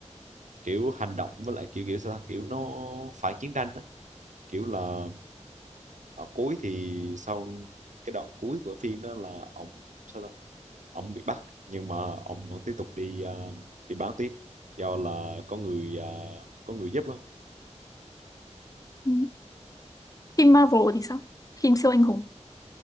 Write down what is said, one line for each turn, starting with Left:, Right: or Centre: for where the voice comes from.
Right: kiểu hành động với lại kiểu kiểu sao kiểu nó phải chiến tranh á kiểu là ở cuối thì sau cái đoạn cuối của phim đó là ông sao ta ông bị bắt nhưng mà ông vẫn tiếp tục đi ờ, đi bán tiếp do là có người ờ, có người giúp á
Left: ừ. phim Marvel thì sao phim siêu anh hùng